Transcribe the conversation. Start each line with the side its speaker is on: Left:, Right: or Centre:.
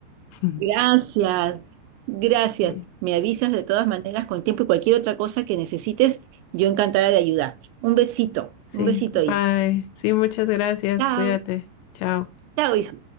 Left: <laughs>
Right: Gracias, gracias.
Left: Sí,
Right: Me avisas de todas maneras con tiempo y cualquier otra cosa que necesites, yo encantada de ayudarte. Un besito,
Left: sí,
Right: un besito,
Left: bye.
Right: Isa.
Left: Sí, muchas gracias,
Right: Chao,
Left: cuídate. Chao.
Right: chao, Isa.